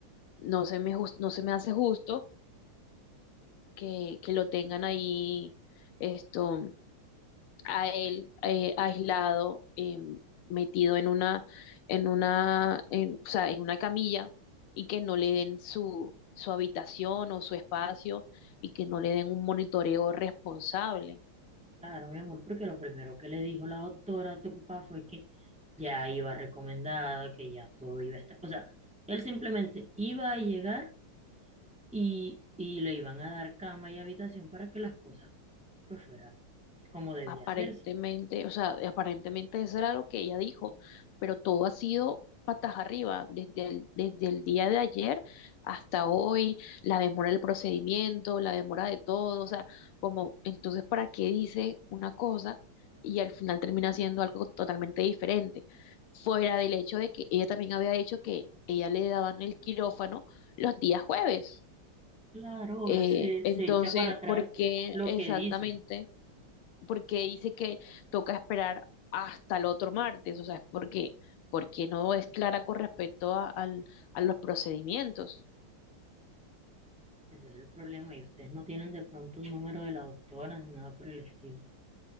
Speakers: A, on the left; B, in the centre.
A: no se me, jus- no se me hace justo que, que lo tengan ahí esto a él eh, aislado, eh, metido en una, en una, en, o sea, en una camilla y que no le den su, su habitación o su espacio y que no le den un monitoreo responsable.
B: claro, mi amor, porque lo primero que le dijo la doctora a tu papá fue que ya iba recomendada, que ya todo iba a estar, o sea, él simplemente iba a llegar y, y le iban a dar cama y habitación para que las cosas pues fueran como debía
A: Aparentemente,
B: hacerse.
A: o sea, aparentemente eso era lo que ella dijo, pero todo ha sido patas arriba, desde el, desde el día de ayer hasta hoy, la demora del procedimiento, la demora de todo, o sea, como, entonces, ¿para qué dice una cosa y al final termina haciendo algo totalmente diferente? Fuera del hecho de que ella también había dicho que ella le daban el quirófano los días jueves.
B: Claro, ahora
A: Eh,
B: se,
A: entonces,
B: se echa para atrás
A: ¿por qué
B: lo
A: exactamente?
B: que dice
A: porque dice que toca esperar hasta el otro martes, o sea, es porque, porque no es clara con respecto a, al- a los procedimientos.
B: Ese es el problema y ustedes no tienen de pronto un número de la doctora ni nada por el estilo.